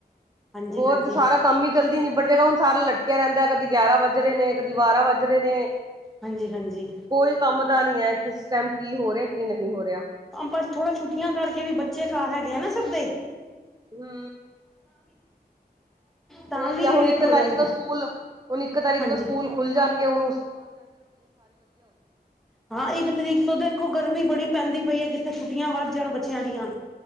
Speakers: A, in the centre; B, on the right.
A: ਹਾਂਜੀ
B: ਹੋਰ
A: ਹਾਂਜੀ
B: ਜੇ ਸਾਰਾ ਕੰਮ ਹੀ ਜਲਦੀ ਨਿਬੜ ਜਾਏਗਾ ਹੁਣ ਸਾਰਾ ਲ ਪਇਆ ਰਹਿੰਦਾ ਕਦੀ ਗਿਆਰਾਂ ਵੱਜ ਰੇ ਨੇ ਕਦੀ ਬਾਰਾਂ ਵੱਜ ਰੇ ਨੇ।
A: ਹਾਂਜੀ-ਹਾਂਜੀ
B: ਕੋਈ ਕੰਮ ਤਾਂ ਨਹੀਂ ਹੈ ਕਿਸ ਟਾਈਮ ਕੀ ਹੋ ਰਿਹਾ ਕੀ ਨਹੀਂ ਹੋ ਰਿਹਾ।
A: ਬ ਥੋੜਾ ਛੁੱਟੀਆਂ ਕਰਕੇ ਵੀ ਬੱਚੇ ਘਰ ਹੈਗੇ ਆ ਨਾ ਸਬਦੇ।
B: ਹੂ
A: ਤਾਂ
B: ਹੋਰ
A: ਵੀ
B: ਕਿਆ
A: ਲੇਟ
B: ਹੁਣ ਇੱਕ
A: ਹੋ
B: ਤਾਰੀਕ
A: ਜਾਈਦਾ
B: ਤੋਂ ਸਕੂਲ ਹੁਣ ਇੱਕ ਤਾਰੀਕ
A: ਹਾਂਜੀ
B: ਤੋਂ ਸਕੂਲ ਖੁੱਲ ਜਾਣਗੇ ਹੁ
A: ਹਾਂ। ਇੱਕ ਤਰੀਕ ਤੋਂ ਦੇਖੋ ਗਰਮੀ ਬੜੀ ਪੈਂਦੀ ਪਈ ਏ ਕਿੱਥੇ ਛੁੱਟੀਆਂ ਵੱਧ ਜਾਣ ਬੱਚਿਆਂ ਦੀਆਂ